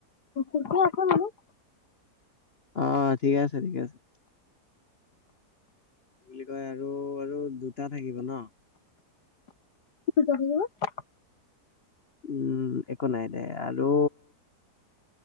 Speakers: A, on the left (about 80°); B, on the left (about 40°).
A: কু্কুৰা আছে বোলো।
B: অঁ' ঠিকে আছে ঠিকে আছে। কি বুলি কয়, আৰু আৰু দুটা থাকিব ন?
A: <unintelligible>
B: উম, একো নাই দে আৰু